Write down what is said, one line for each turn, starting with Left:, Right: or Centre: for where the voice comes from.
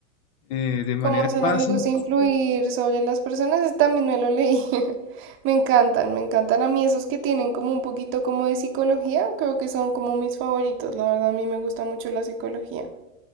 Left: eh, de manera
Right: ¿Cómo hacer
Left: fácil.
Right: amigos e influir sobre las personas? Ese También me lo leí. <laughs> Me encantan, me encantan a mí esos que tienen como un poquito como de psicología. Creo que son como mis favoritos. La verdad, a mí me gusta mucho la psicología.